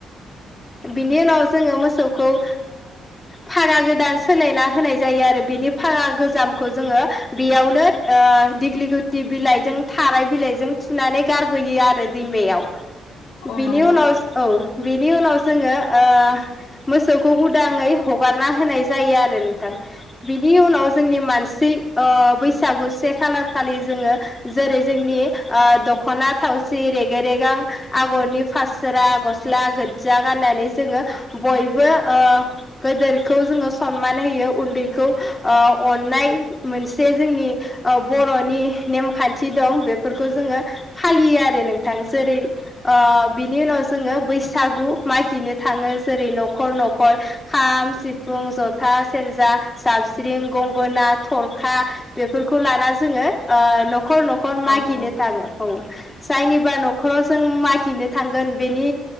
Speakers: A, on the left (about 25°); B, on the left (about 90°).
A: बिनि उनाव जोङो मोसौखौ ओ फागा गोदान सोलायना होनाय जायो आरो बिनि फागा गोजामखौ जोङो बेयावनो ओ दिग्लि गुथि बिलाइजों थानाय बिलाइजों थुनानै गारबोयो आरो दैमायाव
B: औ
A: बिनि
B: नंगौ
A: उनाव औ बेनि उनाव जोङो ओ मोसौखौ उदाङै हगारना होनाय जायो आरो थां बिनि उनाव जोंनि मानसि अ बैसागु से खालार खालि जोङो जेरै जोंनि ओ दख'ना थावसि रेगे रेगां आगरनि फास्रा गस्ला गोजा गाननानै जोङो बयबो ओ गोदोरखौ जोङो सनमान होयो उन्दैखौ ओ अननाय मोनसे जोंनि बर'नि नेमखान्थि दं बेफोरखौ जोङो फालियो आरो नोंथां जेरै ओ बिनि उनाव जोङो बैसागु मागिनो थाङो जेरै न'खर न'खर खाम सिफुं जथा सेरजा जाबस्रिं गंगोना थरखा बेफोरखौ लाना जोङो ओ न खर न'खर
B: औ
A: मागिनो
B: औ
A: थाङो औ जायनिबा न'खराव जों मा गनो थांगोन बेनि